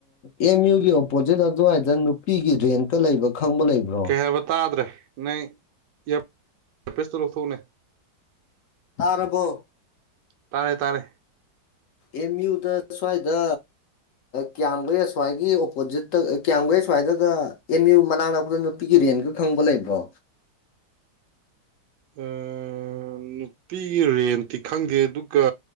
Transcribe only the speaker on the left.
ꯑꯦꯝ ꯌꯨꯒꯤ ꯑꯣꯄꯣꯖꯤꯠ ꯑꯗꯨꯋꯥꯏꯗ ꯅꯨꯄꯤꯒꯤ ꯔꯦꯟꯀ ꯂꯩꯕ ꯈꯪꯕ ꯂꯩꯕ꯭ꯔꯣ
ꯇꯥꯔꯕꯣ
ꯑꯦꯝꯌꯨꯗ ꯁ꯭ꯋꯥꯏꯗ ꯀꯌꯥꯝꯒꯩ ꯁ꯭ꯋꯥꯏꯒꯤ ꯑꯣꯄꯣꯖꯤꯠꯇ ꯀꯌꯥꯝꯒꯩ ꯁ꯭ꯋꯥꯏꯗꯒ ꯑꯦꯝꯌꯨ ꯃꯅꯥꯛ ꯅꯛꯄꯗ ꯅꯨꯄꯤꯒꯤ ꯔꯦꯟꯒ ꯈꯪꯕ ꯂꯩꯕ꯭ꯔꯣ